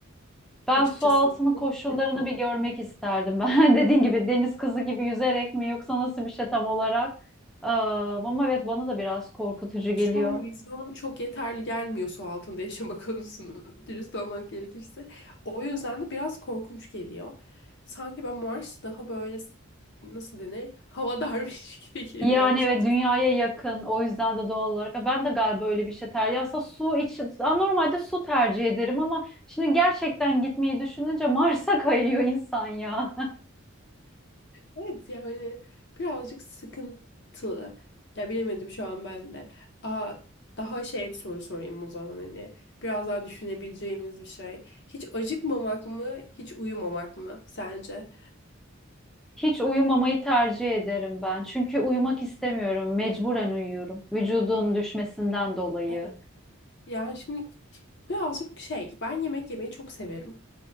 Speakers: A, in the centre; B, on the left.
A: Ben
B: açıkçası
A: su altını
B: senin
A: koşullarını
B: için.
A: bir görmek isterdim. <laughs> Ben dediğin gibi deniz kızı gibi yüzerek mi yoksa nasıl bir şey tam olarak? Ee, ama evet bana da biraz korkutucu geliyor.
B: Şu an vizyonum çok yeterli gelmiyor su altında yaşama konusunu <laughs> dürüst olmak gerekirse. O yüzden de biraz korkunç geliyor. Sanki ben Mars daha böyle s- nasıl denir havadarmış <laughs> gibi geliyor
A: Yani
B: açıkçası.
A: evet dünyaya yakın o yüzden de doğal olarak ben de galiba öyle bir şey tercih. Aslında su için Aa, normalde su tercih ederim ama şimdi gerçekten gitmeyi düşününce Mars'a <laughs> kayıyor insan ya.
B: Evet yani birazcık sıkıntılı. Ya bilemedim şu an ben de. Aa, daha şey bir soru sorayım o zaman hani. Biraz daha düşünebileceğimiz bir şey. Hiç acıkmamak mı, hiç uyumamak mı sence?
A: Hiç uyumamayı tercih ederim ben. Çünkü uyumak istemiyorum. Mecburen uyuyorum. Vücudun düşmesinden dolayı.
B: Evet. Yani şimdi birazcık şey ben yemek yemeyi çok severim.